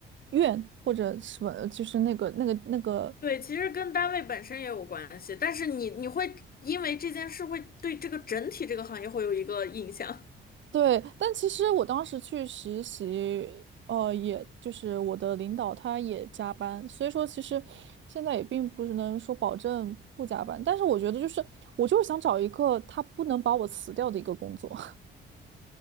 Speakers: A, on the right; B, on the left.
A: 院或者什么，就是那个那个那个
B: 对，其实跟单位本身也有关系，但是你你会因为这件事会对这个整体这个行业会有一个印象。
A: 对，但其实我当时去实习，呃，也就是我的领导他也加班，所以说其实现在也并不是能说保证不加班，但是我觉得就是我就是想找一个他不能把我辞掉的一个工作。